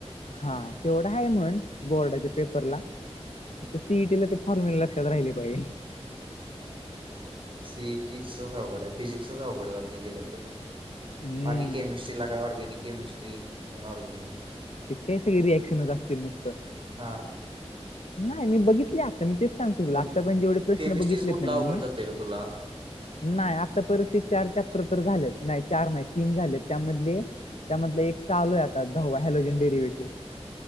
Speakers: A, on the left; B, on the right.
A: हा तेवढा आहे म्हणून बोर्डाच्या पेपरला सीईटी ला ते फॉर्म्युल लक्षात राहिले पाहिजे.
B: सीईटीचच अवघड आहे फिजिक्सचच अवघड जाते गेलं तर
A: हम्म
B: बाकी केमिस्ट्री लागय ऑर्गेनिक केमिस्ट्री ननऑर्गेनिक
A: ते काही सगळे रिॲक्शनच असतील नुसतं.
B: हां.
A: नाही मी बघितले आत्ता मी तेच सांगतेो तुला
B: मग
A: आत्ता पण जेवढे प्रश्न
B: केमिस्ट्रीच
A: बघितलेत
B: कुठला
A: ना मी
B: अवघड जाते का तुला
A: नाही आता परिस्थिती चार चॅप्टर तर झालेत नाही चार नाही तीन झालेत. त्यामधले त्यामधले एक चालू आहे आता दवा हलोजन डरिवेटिव